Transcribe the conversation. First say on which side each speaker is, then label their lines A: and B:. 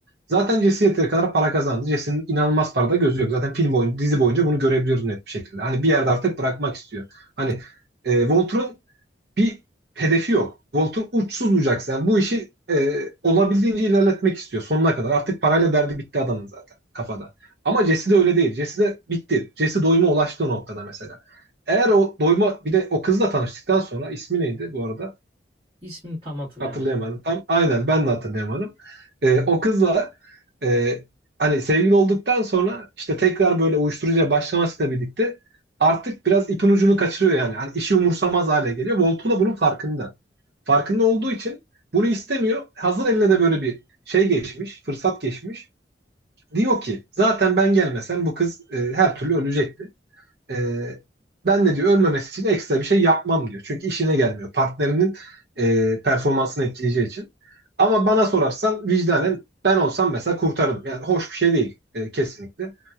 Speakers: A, on the right; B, on the right.
A: Zaten Jesse yeteri kadar para kazandı. Jesse'nin inanılmaz parada gözü yok. Zaten film boyunca, dizi boyunca bunu görebiliyoruz net bir şekilde. Hani bir yerde artık bırakmak istiyor. Hani e, Walter'ın bir hedefi yok. Walter uçsuz bucak yani bu işi e, olabildiğince ilerletmek istiyor sonuna kadar. Artık parayla derdi bitti adamın zaten kafada. Ama Jesse de öyle değil. Jesse de bitti. Jesse doyuma ulaştı o noktada mesela. Eğer o doyuma bir de o kızla tanıştıktan sonra ismi neydi bu arada?
B: İsmini tam hatırlayamadım.
A: Hatırlayamadım. Tam aynen ben de hatırlayamadım. Ee, o kızla e, hani sevgili olduktan sonra işte tekrar böyle uyuşturucuya başlamasıyla birlikte artık biraz ipin ucunu kaçırıyor yani. Hani işi umursamaz hale geliyor. Voltu da bunun farkında. Farkında olduğu için bunu istemiyor. Hazır eline de böyle bir şey geçmiş, fırsat geçmiş. Diyor ki zaten ben gelmesem bu kız e, her türlü ölecekti. Ee, ben de diyor ölmemesi için ekstra bir şey yapmam diyor. Çünkü işine gelmiyor. Partnerinin e, performansını etkileyeceği için. Ama bana sorarsan vicdanen ben olsam mesela kurtarırım. Yani hoş bir şey değil e, kesinlikle.